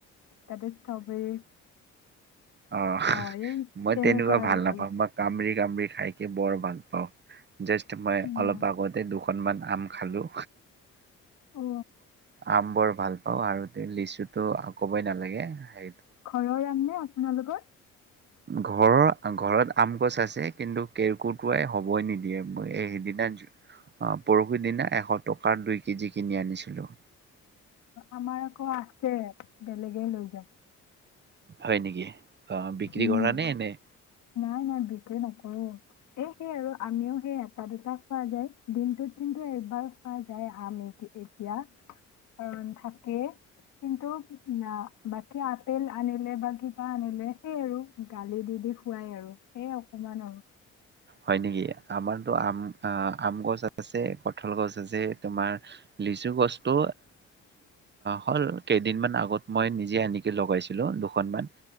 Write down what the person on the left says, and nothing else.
তাতে ষ্ট্ৰবেৰী
অ এই
আৰু
অলপ
নাই
অ
ঘৰৰ আম নে আপোনালোকৰ
আমাৰ আকৌ আছে বেলেগে লৈ যায়
উম
নাই নাই বিকি নকৰো এ সেই আৰু আমিও সেইয়া দুটা দুটা খোৱা যায় দিনটোত কিন্তু এবাৰ খোৱা যায় আম এ এতিয়া অ থাকে কিন্তু না বাকী আপেল আনিলে বা কিবা আনিলে সেই আৰু গালি দি দি খোৱাই আৰু সেইয়ে অকমান আৰু।